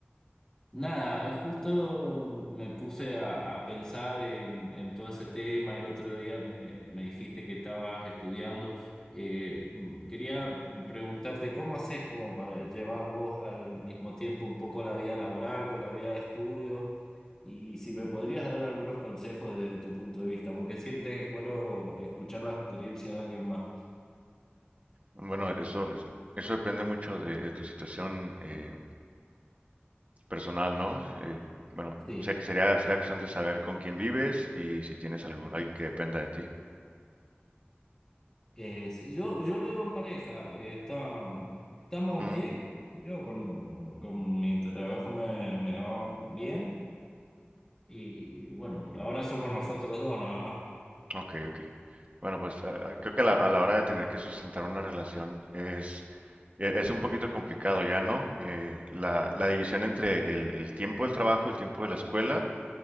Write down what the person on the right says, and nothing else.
Bueno, eso, es- eso depende mucho de, de tu situación eh, personal, ¿no? Eh, bueno,
ser- sería, sería cuestión de saber con quién vives y si tienes algún, alguien que dependa de ti.
Mm,
ok, ok. Bueno, pues a- a- creo que a la, a la hora de tener que sustentar una relación es, e- es un poquito complicado ya, ¿no? Eh, la, la división entre el, el tiempo del trabajo, el tiempo de la escuela